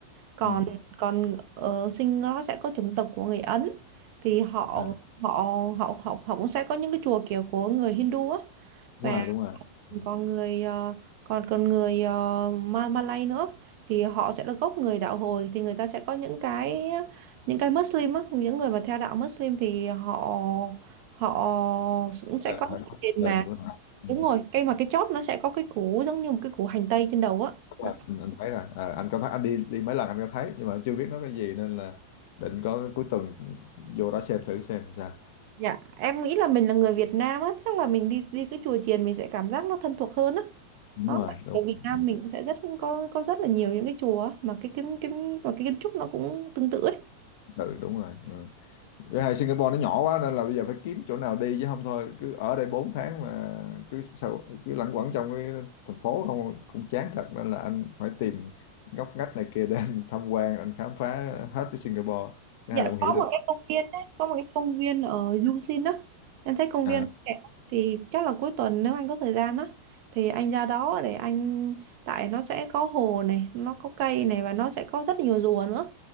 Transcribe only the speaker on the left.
ừ.
à,
đúng
rồi đúng rồi Ừ.
đền
hả
đền
của nó Ừ.
Đúng
rồi. anh, anh thấy rồi Ờ, anh có thấy anh đi đi mấy lần anh có thấy nhưng mà chưa biết nó cái gì nên là định có cuối tuần vô đó xem thử xem sao
đúng
rồi đúng
ừ,
tự đúng rồi ừ. Với hai Singapore nó nhỏ quá nên là bây giờ phải kiếm chỗ nào đi chứ không thôi cứ ở đây 4 tháng mà cứ sao cứ lẩn quẩn trong cái thành phố không cũng chán thật nên là anh phải tìm ngóc ngách này kia để <laughs> anh tham quan anh khám phá hết cái Singapore cái
này là cũng hiểu
được
à,